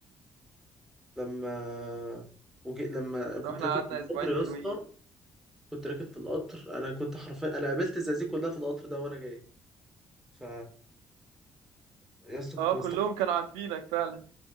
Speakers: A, in the centre; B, on the right.
A: لما وجي... لما كنت
B: رحنا
A: راكب
B: قعدنا
A: في القطر
B: اسبوعين
A: يا
B: حلوين
A: اسطى كنت راكب في القطر انا كنت حرفيا انا قابلت الزقازيق كلها في القطر ده وانا جاي ف يا اسطى كنت
B: اه
A: مستحمل
B: كلهم كانوا عارفينك فعلا